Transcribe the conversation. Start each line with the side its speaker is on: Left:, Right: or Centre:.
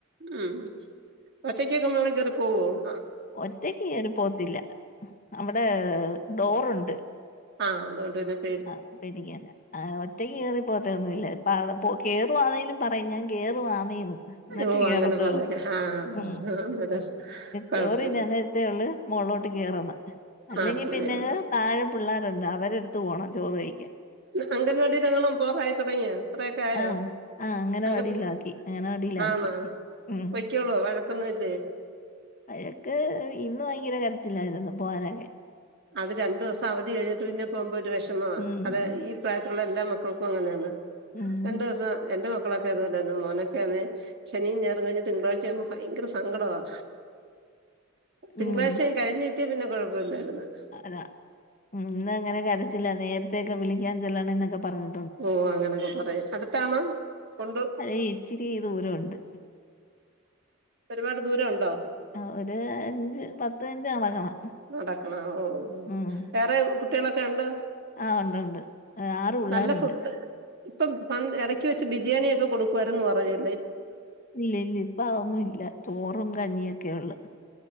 Right: ഉം ഒറ്റയ്ക്ക് നിൽക്കുമ്പോൾ കയറി പോവുവോ-
Left: ഒറ്റക്ക് കയറി പോത്തില്ല അവിടെ ഡോറുണ്ട്.
Right: ആഹ് അതുകൊണ്ടും.
Left: ആ പ പിടിക്കാന ഒറ്റയ് കേറി പോകത്തൊന്നുല്ല അ കേറുവാണേലും പറയുംഞ്ഞൻ കേയറവാ. എന്നട്ടേ
Right: ഓഹ്
Left: കേറത്തോള്
Right: അങ്ങനെ പറയാ ആഹ്
Left: ഉ
Right: അന്നേരം കൊഴപ്പല്ല
Left: ചോറി തിന്നാനെ ള്ള മുകളിലോട്ട് കയറന്ന് അല്ലെങ്കിൽ
Right: ആഹ് അങ്ങനെയാണ്
Left: പിന്നെ താഴെ പിള്ളേരുണ്ട് അവരെടുത്ത് പോകണം ചോറ് കഴിക്കൻ.
Right: അംഗൻവാടി ങ്ങളും പോറായി തുടങ്ങിയ? അത്രയൊക്കെ ആയോ
Left: ആഹ് ആഹ് അംഗനവാടിയിലാക്കി
Right: അടുത്ത്
Left: അംഗനവാടിയിലാക്കി
Right: ആണോ <unintelligible>
Left: ഉം
Right: വഴക്കന്നും ഇല്ലേ?
Left: വഴക്ക് ഇന്ന ഭയങ്കര കരച്ചില്ലായിരുന്നുരുന്നു പോവാനൊക്കെ.
Right: അത് രണ്ടു ദിവസം അവധി കഴിഞ്ഞിട്ട് പിന്നെ പോകുമ്പോ ഒരു വിഷമ
Left: ഉം
Right: അത ഈ ഇപ്രായത്തിലുള്ള എല്ലാ മക്കൾക്കും അങ്ങനെണ്.
Left: ഉം
Right: രണ്ടു ദിവസം എന്റെ മക്കളൊക്കെയത് പോലെയൊ യിരുന്നു മോനൊക്കെയന്ന് ശനിയും ഞറും കഴിഞ്ഞ് തിങ്കളാഴ്ച ആവുമ്പോ ഭയങ്കര സങ്കടവാ. തിങ്കളാഴ്ച
Left: ഉം
Right: യും കഴിഞ്ഞഞ് കിട്ടിയ പിന്നെ കൊഴപ്പ ഇില്ലായിന്ന
Left: അതാ ഇന്ന് അങ്ങനെ കരച്ചില്ല നേരത്തെെയൊക്കെ വിളിക്കാൻ ചെല്ലണം നൊക്ക പറഞു
Right: ഓ അങ്ങനെയൊക്കെ പറയായും അടുത്തണോ കൊണ്ട്
Left: അത് ഇച്ചിരി ദൂരം ഉണ്ട്.
Right: ഒരുപാട് ദൂരം ഉണ്ടോ?
Left: ആ ഒരു അഞ്ച് പത്ത് മിനിറ്റ് നടക്കണം.
Right: നടക്കണ ഓ ഉ
Left: ഉം
Right: വേറെ കുട്ടികളൊക്കെ ഉണ്ടോ?
Left: ആ ഉണ്ട്ണ്ട് ആറ് പിള്ളേരുണ്ട്.
Right: നല്ല ഫുഡ് ഇപ്പം ഇടയ്ക്ക് വെച്ച് ബിരിയാണിയൊക്കെ കൊടുക്ക രന്ന് പറയും
Left: ഇല്ല ഇല്ല ഇപ്പ അതൊന്നും ഇല്ല ചോറും കഞ്ഞിയ ഒക്കെ ഉള്ളു.